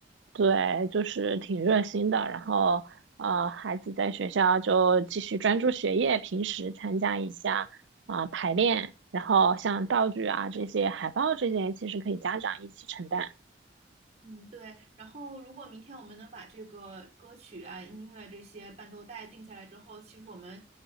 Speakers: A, on the right; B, on the right.
A: 对，就是挺热心的。然后，呃，孩子在学校就继续专注学业，平时参加一下啊，排练。然后，像道具啊这些、海报这些，其实可以家长一起承担。
B: 嗯，对。然后，如果明天我们能把这个歌曲啊、音乐这些伴奏带定下来之后，其实我们，